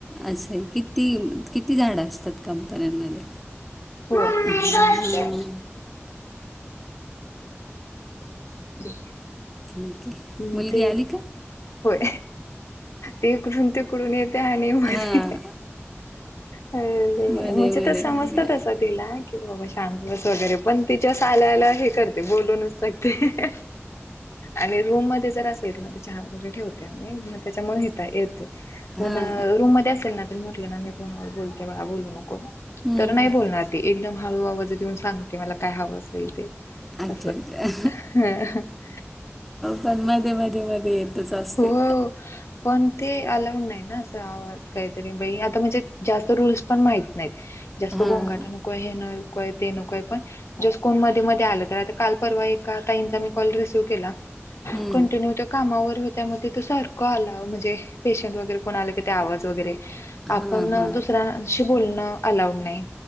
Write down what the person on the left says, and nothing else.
मम्मी
स्वच्छ <inaudible>
हम्म
ते
होय हीकडून तेिकडून येते आणि मग.....
अ ल
म्हणजे
तर समजतात
त तिला कि बाबा शांत बस वगैरे पण तिच्या साल्याला हे करते बोलूनच. गते आणि रूम मध्ये जर असेल ना त्याच्या ह..... ठेवते आ त्याच्या म येतो पण
रूम म असेल ना. म्हटलं ना मी फोनावर बोलते बा बोलू नको
तर नाही बोलणार एकदम हळू आवाज देऊन सांगते मला काय हवं असेल ते
असं
छान
हो. पण ते अलाउड नाही ना अस आवाज काहीतरी बाई आता म्हणजे जास्त रूल्स पण माहित नाहीत.
जास्त गोगाटा नको आहे हे नको आहे ते नको आहे पण जस कोन मध्ये मध्ये आल तर आता काल परवा ए ताईंचा मी कॉल रिसीव्ह केला.
कंटिन्यू तर कामावर..... त्या त सारखं आला म्हणजे पेशंट वगैरे कोण आले क आवाज वगैरे... आपण
दुसऱ्यांशी बोलणं अलाउड नाही